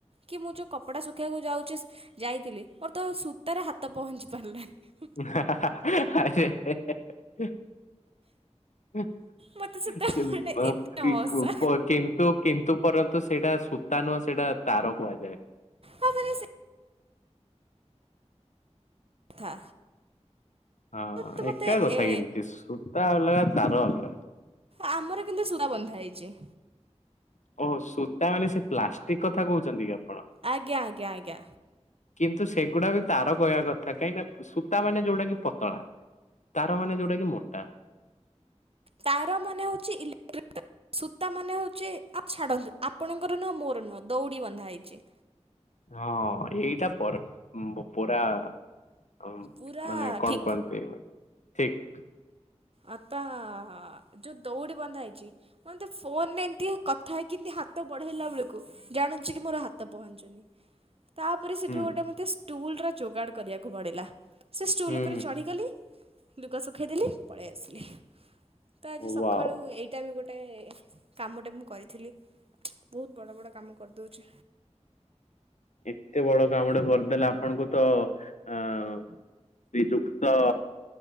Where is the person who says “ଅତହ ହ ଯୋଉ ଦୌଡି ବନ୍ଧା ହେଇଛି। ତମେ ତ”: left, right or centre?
Right